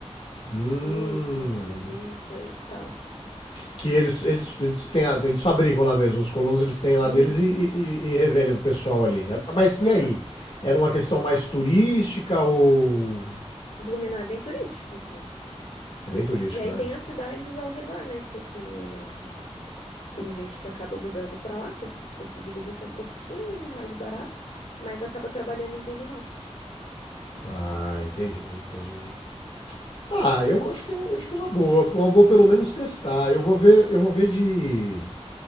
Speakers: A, on the left (about 55°); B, on the left (about 80°).
A: Hum.
B: Queijo, linguiça e tal.
A: Que eles, eles, eles, têm a- eles fabricam lá mesmo. Os colonos eles têm lá
B: Isso.
A: deles e, e, e- e revendem pro pessoal ali. Ah, Mas e
B: Aham.
A: aí? Era uma questão mais turística ou.
B: Blumenau é bem turístico, assim.
A: É bem turístico,
B: E aí
A: né?
B: tem as cidades ao redor, né? Que assim, é... tem gente que acaba mudando pra lá, por o custo de vida ser um pouquinho mais barato, mas acaba trabalhando em Blumenau.
A: Ah, entendi, entendi. Ah, eu acho que, é um- acho que é uma boa. Uma boa pelo menos testar. Eu vou ver, eu vou ver de.